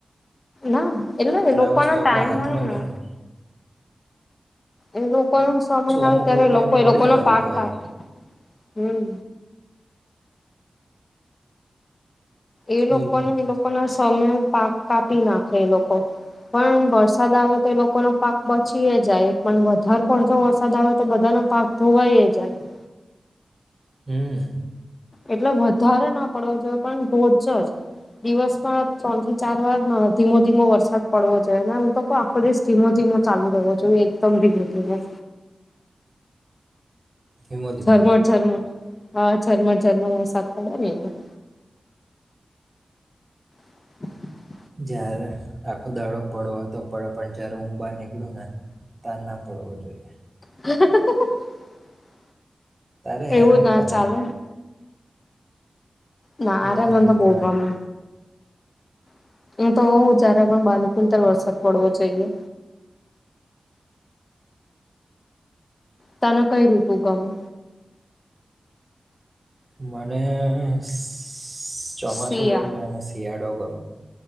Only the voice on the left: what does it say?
ના
એ લોકોનો
ટાઈમ
હોય ને
એ લોકો ન સમય આવે
ત્યારે
લોકો
એ લોકો ન
પાક આપાપે
હમ. એ લોકો
ના એ લોકો ના. સમમે પાક કાપી નાખે એ લોકો પણ વરસાદ આવે તો એ લોકોનો પાક બચી જાય પણ વધારે પડતો વરસાદ આવે તો બધાનો પાક ધોવાઈ જાય.
એટલે વધારે ના પડવો જોઈએ પણ રોજ જ દિવસમાં ત્રણ થી ચાર વાર ધીમો ધીમો વરસાદ પડવો જોઈએ અનેને હું તો આખો દિવસ ધીમો ધીમો ચાલુ રહેવો જોઈએ એકદમ ધીમે ધીમે
ઝરમટ ઝરમટ હા ઝરમર ઝરમર વરસાદ પડે ને એ <inaudible>
હ
એવું
ના
ચાલે ને. ના
રે
મન તો બહું
ગમે. <unintelligible> <unintelligible> જારે પણ બાલકોને <unintelligible> વરસાદ પડવો જઈએ. તને કંઈ ઋતુ ગમે?
શિયાળ.